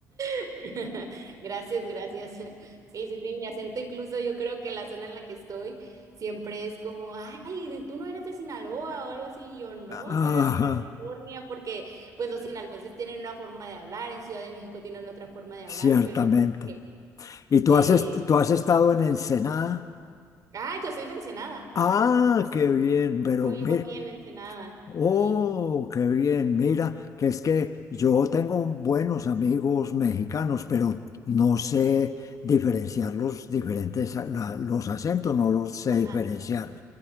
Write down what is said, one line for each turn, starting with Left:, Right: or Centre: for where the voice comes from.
Right: <laughs> Gracias, gracias. Sí, sí, sí, mi acento incluso yo creo que la zona en la que estoy siempre es como, ay, de- tú no eres de Sinaloa o algo así, y yo no,
Left: Ajá,
Right: soy de Baja California, porque pues los sinaloenses tienen una forma de hablar, en Ciudad de México tienen otra forma de hablar,
Left: ciertamente.
Right: pero creo que,
Left: ¿Y tú
Right: que...
Left: has, est- tú has estado en Ensenada?
Right: ah, yo soy de Ensenada,
Left: Ah, qué bien, pero
Right: yo vivo
Left: mira,
Right: aquí en Ensenada,
Left: oh,
Right: sí.
Left: qué bien, mira, que es que yo tengo buenos amigos mexicanos, pero no sé diferenciar los diferentes, a- la- los acentos, no los sé
Right: Ajá.
Left: diferenciar.